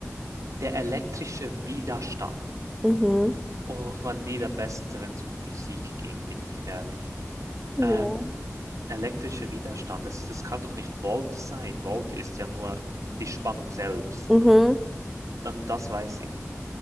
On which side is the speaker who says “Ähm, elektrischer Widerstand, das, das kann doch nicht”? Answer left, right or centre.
Right